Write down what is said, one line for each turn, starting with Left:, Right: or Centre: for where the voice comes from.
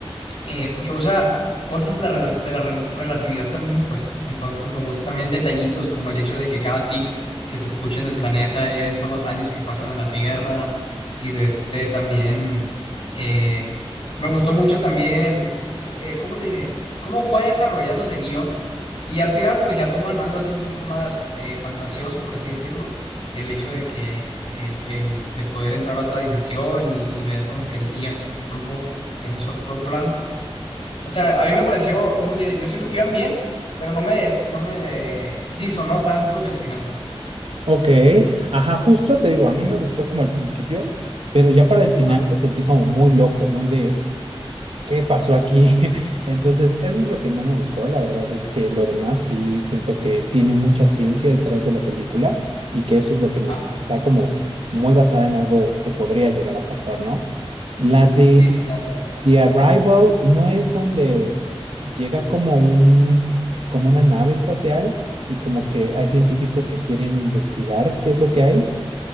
Left: eh, porque usa cosas de la, rel- de la rel- relatividad también, pues. Entonces me gustan también detallitos como el hecho de que cada tic que se escucha en el planeta es, son los años que pasan en la Tierra y de este también eh, me gustó mucho también, eh, eh, ¿cómo te diré? Cómo fue desarrollándose el guión y al final pues ya toman algo así un poquito más eh, fantasioso, por así decirlo. El hecho de que el, el de poder entrar a otra dimensión y, y ver como que el tiempo en un solo plano. O sea, a mí me pareció, ¿cómo te diré? Yo siento que iban bien, pero no me, no me disonó tanto el final, pues.
Right: Ok, ajá, justo te digo, a mí me gustó como al principio, pero ya para el final
Left: Ajá,
Right: me sentí como muy loco, muy de, ¿qué pasó aquí? <laughs> Entonces, eso es lo que no me gustó, la verdad es que lo demás sí siento que tiene mucha ciencia detrás de la película y que eso es lo que me
Left: ajá.
Right: gustó, está como muy basada en algo que podría llegar a pasar, ¿no? La de
Left: Sí, sí, claro, claro.
Right: The Arrival no es donde llega como un, como una nave espacial y como que hay científicos que quieren investigar qué es lo que hay.